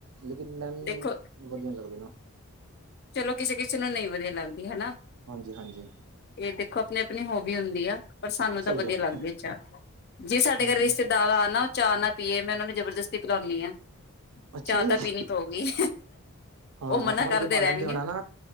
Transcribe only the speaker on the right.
ਲੇਕਿਨ ਮੈਨੂੰ
ਵਧੀਆ ਨੀ ਲੱਗਦੀ ਨਾ।
ਹਾਂਜੀ ਹਾਂਜੀ
ਸਹੀ
ਗੱਲ
ਹੈ
ਹਮ
ਅੱਛਾ
ਜੀ
ਹਾਂ
ਹੱਥ
ਫੜ ਕੇ
ਬਾਲਣ
ਦੇ ਹੋਣਾ ਨਾ